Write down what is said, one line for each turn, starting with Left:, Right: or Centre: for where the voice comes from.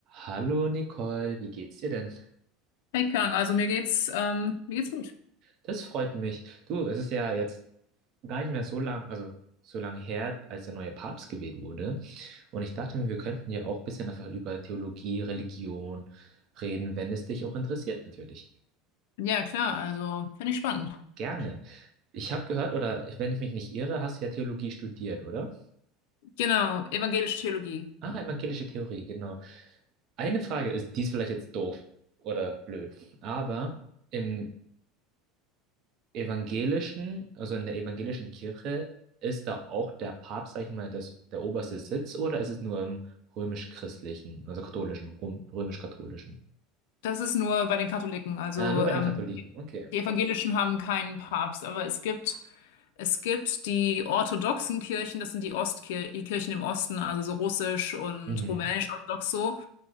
Right: Hallo Nicole, wie geht's dir denn?
Left: Hey Kang, also mir geht's, ähm, mir geht's gut.
Right: Das freut mich. Du, es ist ja jetzt gar nicht mehr so lang, also so lang her, als der neue Papst gewählt wurde. Und ich dachte mir, wir könnten ja auch ein bisschen einfach über Theologie, Religion reden, wenn es dich auch interessiert, natürlich.
Left: Ja, klar, also finde ich spannend.
Right: Gerne. Ich habe gehört, oder wenn ich mich nicht irre, hast du ja Theologie studiert, oder?
Left: Genau, evangelische Theologie.
Right: Ah, evangelische Theorie, genau. Eine Frage ist, die ist vielleicht jetzt doof oder blöd, aber im evangelischen, also in der evangelischen Kirche, ist da auch der Papst, sag ich mal, das, der oberste Sitz oder ist es nur im römisch-christlichen, also katholischen, rom- römisch-katholischen?
Left: Das ist nur bei den Katholiken. Also
Right: Ah, nur bei
Left: ähm,
Right: den Katholiken, okay.
Left: die Evangelischen haben keinen Papst, aber es gibt, es gibt die orthodoxen Kirchen, das sind die Ostkir die Kirchen im Osten, also so russisch und
Right: Mhm.
Left: rumänisch-orthodox so.